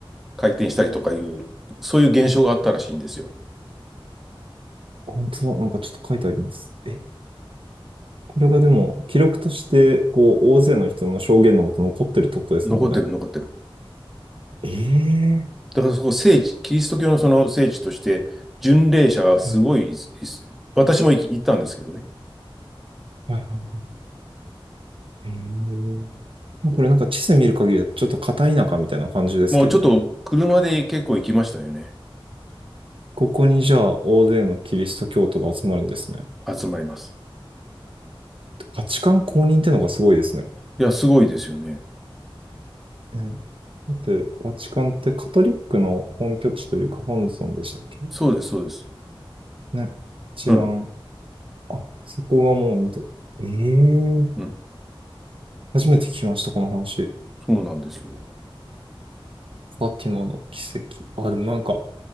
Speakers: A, in the centre; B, on the right.
A: 回転したりとかいう、そういう現象があったらしいんですよ。
B: 本当だ。なんかちょっと書いてあります。え、これがでも、記録として、こう、大勢の人の証言のもと残ってるってことですもんね。
A: 残ってる、残ってる。
B: ええ
A: だからそこ聖地、キリスト教のその聖地として、巡礼者がすごい、
B: はい
A: い私も行き行ったんですけどね。
B: はいはい。えーこれなんか地図見る限りだとちょっと片田舎みたいな感じですけどね。
A: もうちょっと車で結構行きましたよね。
B: ここにじゃあ大勢のキリスト教徒が集まるんですね。
A: 集まります。
B: バチカン公認ってのがすごいですね。
A: いや、すごいですよね。
B: ねだって、バチカンってカトリックの本拠地というか本尊でしたっけ
A: そうです、そうです。
B: ね。一番、
A: うん、
B: あ、そこがもう見と、ええ
A: うん、
B: 初めて聞きました、この話。
A: そうなんですよ。
B: ファティマの奇跡。あ、でもなんか、